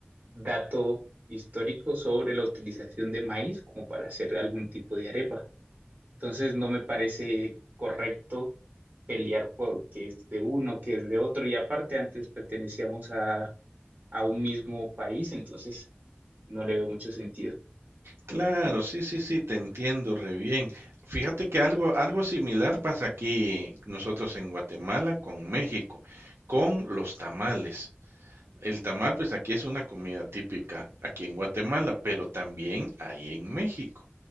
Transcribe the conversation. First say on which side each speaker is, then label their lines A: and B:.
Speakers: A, on the right; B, on the right.
A: dato histórico sobre la utilización de maíz como para hacer algún tipo de arepa. Entonces no me parece correcto pelear por qué es de uno, que es de otro. Y aparte antes pertenecíamos a, a un mismo país, entonces no le veo mucho sentido.
B: Claro, sí, sí, sí, te entiendo re bien. Fíjate que algo, algo similar pasa aquí nosotros en Guatemala con México, con los tamales. El tamal, pues aquí es una comida típica, aquí en Guatemala, pero también ahí en México.